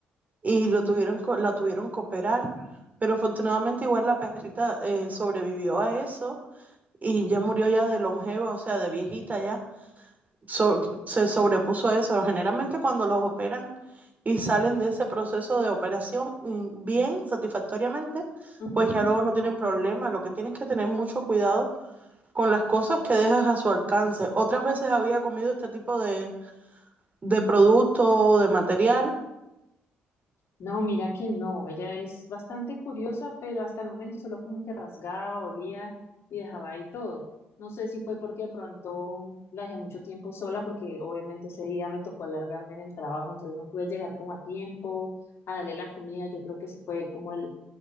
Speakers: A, on the right; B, on the left.
A: y lo tuvieron, co- la tuvieron que operar, pero afortunadamente igual la perrita eh, sobrevivió a eso y ya murió ya de longeva, o sea, de viejita ya. So- se sobrepuso a eso. Generalmente cuando los operan y salen de ese proceso de operación mm, bien, satisfactoriamente,
B: Ujú.
A: pues ya luego no tienen problema. Lo que tienes que tener mucho cuidado con las cosas que dejas a su alcance. Otras veces había comido este tipo de, de producto o de material.
B: No, mira que no, ella es bastante curiosa, pero hasta el momento solo como que rasgaba, olía y dejaba ahí todo. No sé si fue porque de pronto la dejé mucho tiempo sola, porque obviamente ese día me tocó alargarme en el trabajo, entonces no pude llegar como a tiempo a darle la comida. Yo creo que ese fue como el,